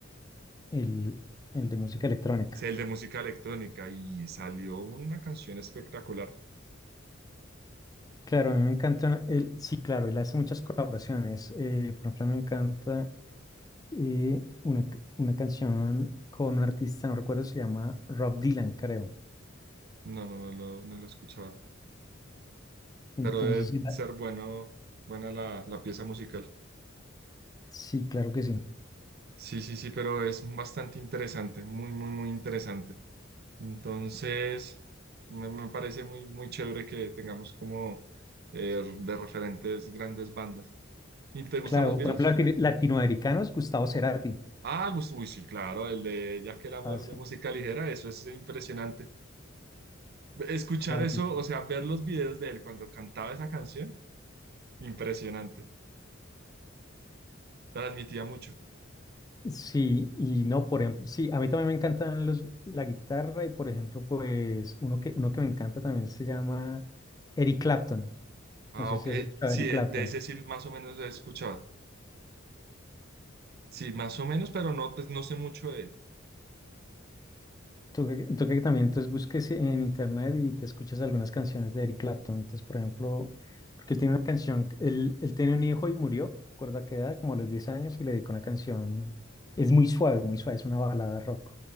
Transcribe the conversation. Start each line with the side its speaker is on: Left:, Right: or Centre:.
Left: el, el de música electrónica.
Right: sí, el de música electrónica, y salió una canción espectacular.
Left: Claro, a mí me encanta, él, sí, claro, él hace muchas colaboraciones. eh, por ejemplo, me encanta eh, una, c- una canción con un artista, no recuerdo, se llama Rob Dylan, creo.
Right: No, no, no, lo- no, lo escuchaba,
Left: Entonces,
Right: pero debe
Left: sí, la-
Right: ser bueno, buena la, la pieza musical.
Left: sí, claro que sí.
Right: Sí, sí, sí, pero es bastante interesante, muy, muy, muy interesante. Entonces, me, me parece muy, muy chévere que tengamos como eh, de referentes grandes bandas. ¿Y te gustan
Left: Claro,
Right: los Beatles?
Left: por ejemplo, lati- latinoamericanos, Gustavo Cerati.
Right: Ah, gus- uy, sí, claro, el de Ya que el amor
Left: Ah,
Right: de música ligera, eso es impresionante. Escuchar
Left: Claro.
Right: eso, o sea, ver los videos de él cuando cantaba esa canción, impresionante. Transmitía mucho.
Left: Sí, y no, por ejemplo, sí, a mí también me encantan los, la guitarra y por ejemplo, pues uno que, uno que me encanta también se llama Eric Clapton.
Right: Ah,
Left: No sé
Right: ok,
Left: si has escuchado
Right: sí,
Left: a Eric
Right: de
Left: Clapton.
Right: de ese sí más o menos he escuchado. Sí, más o menos, pero no, pues, no sé mucho de él.
Left: Tú que, tú que también entonces busques en internet y te escuchas algunas canciones de Eric Clapton. Entonces, por ejemplo, porque él tiene una canción, él, él tiene un hijo y murió, recuerda que edad, como a los 10 años, y le dedicó una canción, es muy suave, muy suave, es una balada rock.